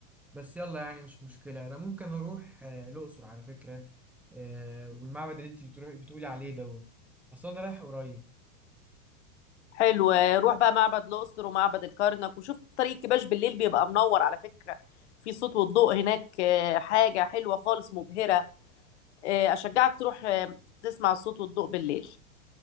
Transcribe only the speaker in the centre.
بس يلا يعني مش مشكلة أنا ممكن أروح آه، الأقصر على فكرة آه، والمعبد اللي أنت بتروحي بتقولي عليه دوت أصلا أنا رايح قريب